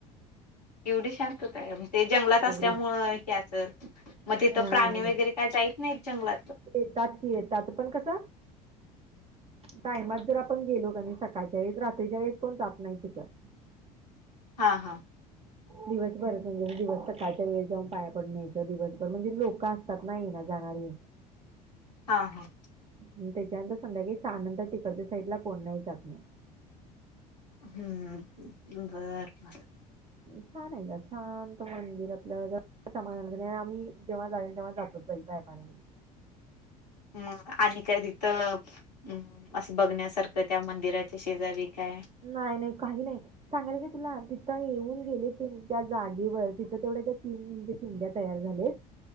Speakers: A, on the left; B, on the right.
A: एवढी शांतता हाय मग ते जंगलात असल्यामुळ
B: एवढी.
A: त्यात तर म तिथं
B: अ
A: प्राणी वगेरे काय जाईत नाहीत जंगलातलं?
B: येतात की येतात पण कस टायमात जर आपण गेलो कणी, सकाळच्या वेळेस रात्रीच्या वेळेस कोण जात नाहीत तिथं
A: हां हां
B: दिवसभरच म्हणजे दिवस सकाळच्या वेळी जाऊन पाया पडून यायचं, दिवसभर म्हणजे लोक असतात ना येणारी जाणारी
A: हा हा.
B: नि तेच्यानंतर संध्याकाळी सहानंतर तिकडच्या साईडला कोण नाही जात नाही.
A: हम्म बरबर.
B: छान आहे ग शांत मंदिर आपलं समाधानी, जेव्हा आम्ही जेव्हा जाईल तेव्हा जातोच बाई आम्ही पाया पडायला.
A: म आणि काय तिथं असं बघण्यासारखं त्या मंदिराच्या शेजारी? काय
B: नाही नाही काही नाही सांगाले काय? तुला तिथे येऊन गेलीस कणी त्या जागेवर तिथ तेवढ्या त्या पिंड तयार झालेत.